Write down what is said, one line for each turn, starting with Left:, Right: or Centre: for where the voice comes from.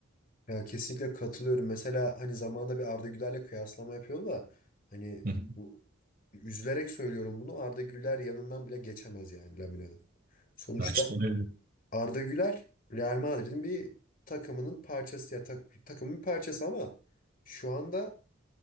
Left: Ya kesinlikle katılıyorum. Mesela hani zamanında bir Arda Güler'le kıyaslama yapıyordu da hani
Right: Hı hı.
Left: bu Üzülerek söylüyorum bunu. Arda Güler yanından bile geçemez yani Lamina'nın. Sonuçta
Right: Ya cidden öyle.
Left: Arda Güler Real Madrid'in bir takımının parçası ya tak- takımın bir parçası ama şu anda